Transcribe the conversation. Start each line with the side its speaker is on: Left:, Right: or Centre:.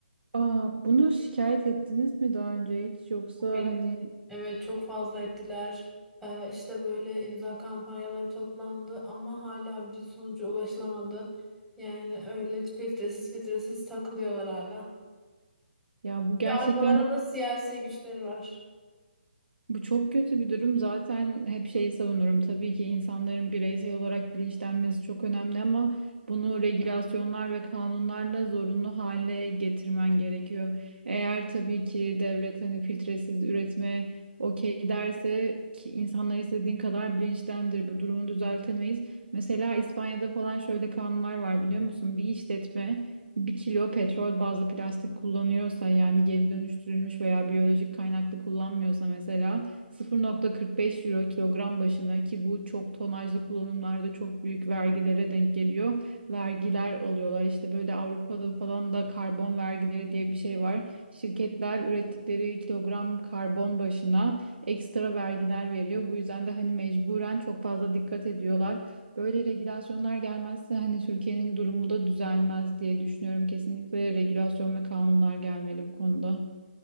Right: Aa, bunu şikayet ettiniz mi daha önce hiç yoksa
Centre: Okey.
Right: hani
Centre: Evet çok fazla ettiler. Ee, işte böyle imza kampanyaları toplandı ama hala bir sonuca ulaşılamadı. Yani öyle filtresiz filtresiz takılıyorlar hala.
Right: ya bu gerçekten
Centre: Çünkü arkalarında siyasi güçleri var.
Right: Bu çok kötü bir durum. Zaten hep şeyi savunurum. Tabii ki insanların bireysel olarak bilinçlenmesi çok önemli ama bunu regülasyonlar ve kanunlarla zorunlu hale getirmen gerekiyor. Eğer tabii ki devlet hani filtresiz üretime okey derse ki insanlar istediğin kadar bilinçlendir. Bu durumu düzeltemeyiz. Mesela İspanya'da falan şöyle kanunlar var biliyor musun? Bir işletme bir kilo petrol bazlı plastik kullanıyorsa yani geri dönüştürülmüş veya biyolojik kaynaklı kullanmıyorsa mesela sıfır nokta kırk beş euro kilogram başına ki bu çok tonajlı kullanımlarda çok büyük vergilere denk geliyor. Vergiler alıyorlar. İşte böyle Avrupa'da falan da karbon vergileri diye bir şey var. Şirketler ürettikleri kilogram karbon başına ekstra vergiler veriyor. Bu yüzden de hani mecburen çok fazla dikkat ediyorlar. Böyle regülasyonlar gelmezse hani Türkiye'nin durumu da düzelmez diye düşünüyorum. Kesinlikle regülasyon ve kanunlar gelmeli bu konuda.